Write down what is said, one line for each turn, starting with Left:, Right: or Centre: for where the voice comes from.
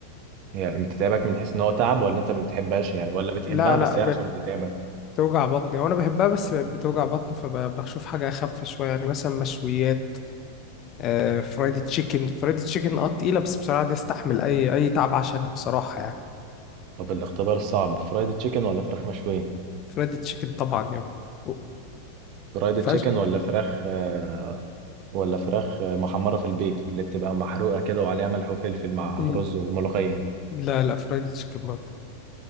Right: يعني بتتعبك من حيث ان هو تعب ولا انت ما بتحبهاش يعني ولا بتحبها
Left: لا
Right: بس
Left: لا
Right: هي عشان بتتعبك
Left: بتوجع بطني وانا بحبها بس بقت بتوجع بطني فبشوف حاجه اخف شويه يعني مثلا مشويات آه فرايدي تشيكن فرايدي تشيكن اه تقيله بس بصراحه دي استحمل اي اي تعب عشانها بصراحه يعني
Right: طب الاختبار الصعب فرايد تشيكن ولا فراخ مشوية
Left: فرايدي تشيكن طبعا يعني و-
Right: فرايد
Left: فاش
Right: تشيكن ولا فراخ آه، ولا فراخ آه، محمرة في البيت اللي بتبقى محروقة كده وعليها ملح وفلفل مع
Left: مم،
Right: رز وملوخية
Left: لا لا فرايدي تشيكن برضه